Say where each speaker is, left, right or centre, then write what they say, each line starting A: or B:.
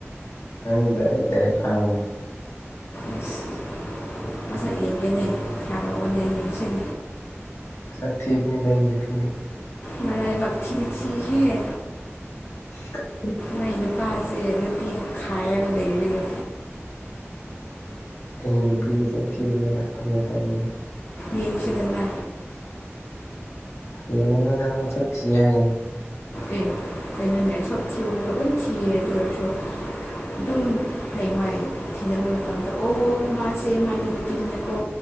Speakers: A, on the left (about 80°); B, on the left (about 55°).
A: ꯑꯩꯅ ꯗꯥꯏꯔꯦꯛ ꯗꯥꯏꯔꯦꯛ ꯍꯥꯡꯕꯅꯤ
B: ꯑꯁ ꯃꯁꯛ ꯌꯦꯡꯒꯦꯅꯦ ꯊꯥꯔꯛꯑꯣꯅꯦ ꯁꯤꯟ
A: ꯛ ꯊꯤꯄꯅꯤꯗꯅꯤꯄꯤꯤꯅꯤ
B: ꯃꯔꯥ ꯀ ꯊꯛ ꯍ
A: <unintelligible>
B: ꯃꯥꯏ ꯅꯨꯄꯥꯥꯁꯦ ꯔꯨꯇꯤ ꯈꯥꯏꯒ ꯂꯩꯗ
A: ꯑꯩꯒꯤ ꯅꯨꯄꯤꯅꯁꯛ ꯊꯤꯕꯅꯤꯅ ꯐꯖꯅ ꯇꯕꯅꯤꯅ
B: ꯌꯦꯡꯁꯦꯗꯅ
A: ꯌꯦꯡꯉꯅꯗ ꯅꯥꯡ ꯆꯛ ꯊꯤ ꯌꯥ ꯍꯥꯏꯅꯤ
B: ꯑꯦ ꯀꯩꯅꯅꯃꯦ ꯁꯕ ꯊꯤꯌꯕꯕ ꯈꯣꯏ ꯊꯤꯌꯦ ꯑꯗꯨ ꯑꯣꯏꯔꯁꯨ ꯑꯗꯨꯝ ꯊꯥꯏꯉꯥꯏ ꯊꯤꯕ ꯃꯇꯝꯗ ꯑꯣ ꯃꯥꯁꯦ ꯃꯥꯒꯤ ꯅꯨꯄꯤꯗꯨꯅꯦꯀꯣ